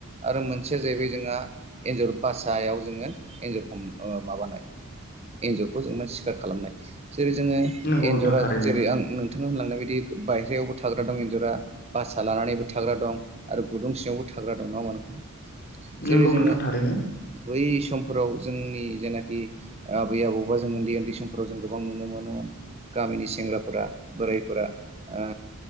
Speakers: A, on the right; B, on the left.
A: आरो मोनसेया जाहैबाय जोंहा एन्जर बासायाव जोङो एन्जरखौ हम ओ माबानाय एन्जरखौ जों मा सिखार खालामनाय। जेरै जोङो
B: नंगौ नोंथां
A: एन्जरा
B: थारैनो
A: जेरै आं नों थां होनलांनाय बायदि बायहेरायावबो थाग्रा दं एन्जरा बासा लानानैबो थाग्रा दं आरो गुदुं सिङावबो थाग्रा दं नङा होनबा नोंथां? जेरै
B: नोंगौ
A: जोङो
B: नोंथां थारैनो।
A: बै समफोराव जोंनि जेनाखि आबै आबौ बा जों उन्दै उन्दै समफोराव जों गोबां नुनो मोनोमोन गामिनि सेंग्राफोरा बोरायफोरा ओ